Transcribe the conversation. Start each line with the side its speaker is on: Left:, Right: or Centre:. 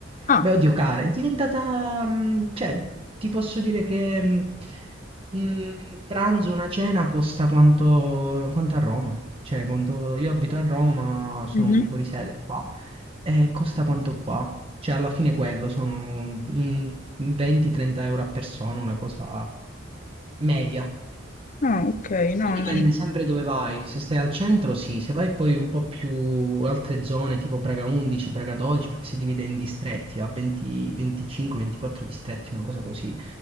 Left: Ah,
Right: Beh, oddio, cara, è diventata, mh, cioè, ti posso dire che mh, un pranzo, una cena costa quanto, quanto a Roma. Cioè, quanto io abito a Roma, sono
Left: mhm.
Right: fuori sede. Qua E costa quanto qua? Cioè, alla fine quello sono un 20-30 euro a persona, una cosa media.
Left: Ah, ok, no,
Right: Poi dipende
Left: non...
Right: sempre dove vai. Se stai al centro, sì, se vai poi un po' più altre zone, tipo Praga 11, Praga 12, perché si divide in distretti, a 20, 25, 24 distretti, una cosa così.